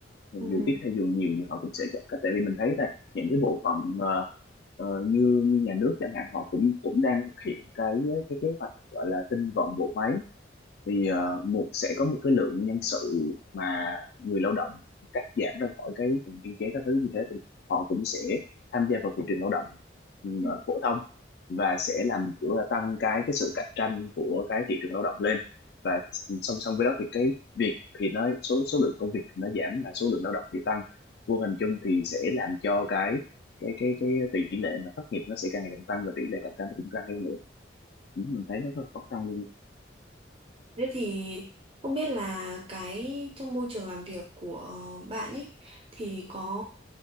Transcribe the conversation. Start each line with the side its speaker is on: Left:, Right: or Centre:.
Left: dù
Right: Ừ.
Left: ít hay dù nhiều thì họ cũng sẽ chọn cách tại vì mình thấy đây những cái bộ phận ờ, ờ, như như nhà nước chẳng hạn họ cũng cũng đang thực hiện cái cái kế hoạch gọi là tinh gọn bộ máy thì ờ, một sẽ có một cái lượng nhân sự mà người lao động cắt giảm ra khỏi cái vùng biên chế các thứ như thế thì họ cũng sẽ tham gia vào thị trường lao động ừ,
Right: Ừ.
Left: ờ, phổ thông và sẽ làm kiểu là tăng cái cái sự cạnh tranh của cái thị trường lao động lên và song song với đó thì cái việc thì nó số số lượng công việc thì nó giảm và số lượng lao động thì tăng vô hình chung thì sẽ làm cho cái cái cái cái tỷ lệ mà thất nghiệp nó sẽ càng ngày càng tăng và tỷ lệ cạnh tranh nó cũng tăng theo nữa Ừ, mình thấy nó rất là khó khăn luôn
Right: Thế thì không biết là cái trong môi trường làm việc của bạn ấy thì có